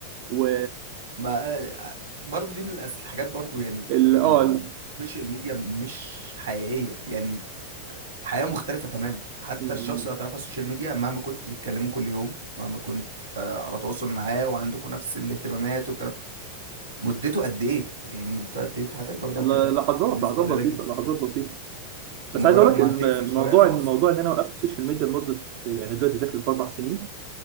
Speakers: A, on the right; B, on the right.
A: و
B: ما برضو دي من الأس- الحاجات برضو يعني
A: ال اه
B: السوشيال
A: ال-
B: ميديا مش حقيقية يعني حياة مختلفة تماما حتى
A: م- م.
B: الشخص اللي هتعرفه على السوشيال ميديا مهما كنت بتكلمه كل يوم مهما كنت آه، على تواصل معاه وعندكم نفس الاهتمامات والكلام مدته قد ايه يعني مدته قد ايه في حياتك برضو
A: ال-
B: هتبقى
A: لحظات
B: نسبة
A: لحظات
B: قليلة
A: بسيطه
B: جدا
A: لحظات بسيطه
B: مجرد
A: بس عايز اقول لك
B: ما
A: الم-
B: هتقفل
A: الموضوع
B: شوية خلاص
A: ان موضوع ان انا وقفت السوشيال ميديا لمده يعني دلوقتي داخل في اربع سنين